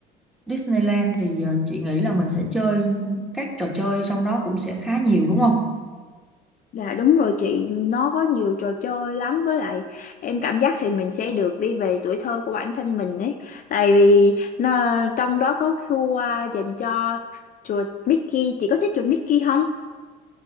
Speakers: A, in the centre; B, on the left.
A: Disneyland thì ờ, chị nghĩ là mình sẽ chơi các trò chơi trong đó cũng sẽ khá nhiều đúng không?
B: Dạ đúng rồi chị, nó có nhiều trò chơi lắm với lại em cảm giác thì mình sẽ được đi về tuổi thơ của bản thân mình ấy. Tại vì nó, trong đó có khu à, dành cho chuột Mickey, chị có thích chuột Mickey không?